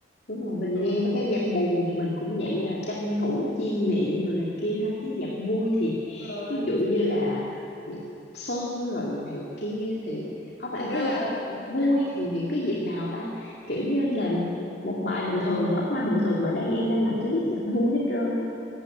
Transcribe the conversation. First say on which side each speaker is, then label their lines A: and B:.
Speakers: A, on the left; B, on the left.
A: đúng rồi mình
B: <laughs>
A: nghe mấy cái nhạc buồn thì mình cũng dạng như là tranh thủ chiêm nghiệm rồi này kia ha chứ nhạc vui thì
B: Đúng rồi
A: ví dụ như là nhạc xuân rồi này kia thì không bạn
B: thực ra
A: thấy
B: là
A: nhạc vui
B: <laughs>
A: thì những cái dịp nào ta kiểu như
B: yeah.
A: là một bài bình thường thì ông hoa bình thường mà đang yên đang làm cái viết nhạc vui hết trơn á